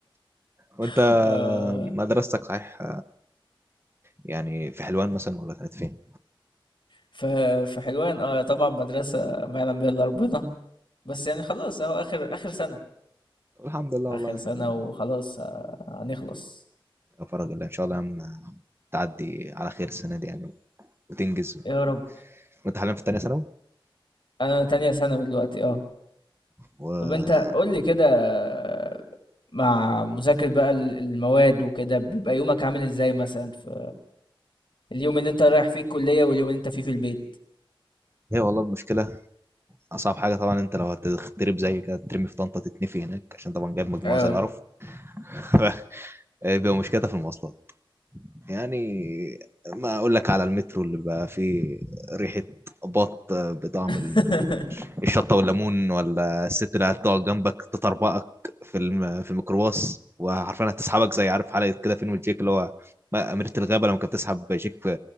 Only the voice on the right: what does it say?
وانت
مدرستك صحيح يعني في حلوان مثلا ولا كانت فين؟
الحمد لله
والله
يا فرج الله ان شاء الله يا عم تعدي على خير السنه دي يعني وتنجز
وانت حاليا في ثانيه ثانوي
و
هي والله المشكله اصعب حاجه طبعا انت لو هتتضرب زي كده ترمي في طنطا تتنفي هناك عشان طبعا جايب مجموعه
زي القرف <laughs> <applause> بيبقى مشكلتها في المواصلات يعني ما اقول لك على المترو اللي بقى فيه ريحه بط بطعم
ال- الشطه والليمون ولا الست اللي هتقعد جنبك تطربقك في الم... في الميكروباص وعارفين هتسحبك زي عارف حلقه كده فين وجيك اللي هو ما- أميرة الغابة لما كانت بتسحب جيك